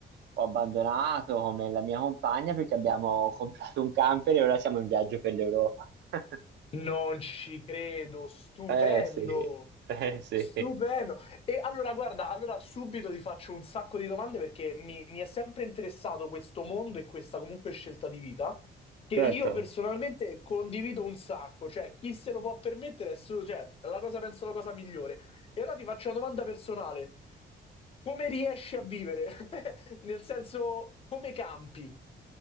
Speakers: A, on the right; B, on the left.
A: ho abbandonato come la mia compagna perché abbiamo <laughs> comprato un camper e ora siamo in viaggio per l'Europa. <laughs>
B: Non ci credo, stupendo,
A: Eh sì, eh sì,
B: stupendo. E allora, guarda, allora subito ti faccio un sacco di domande perché mi, mi è sempre interessato questo mondo e questa comunque scelta di vita che
A: certo.
B: io personalmente condivido un sacco, cioè chi se lo può permettere è solo, cioè, è la cosa, penso, la cosa migliore. E allora ti faccio una domanda personale. Come riesci a vivere? <laughs> Nel senso, come campi,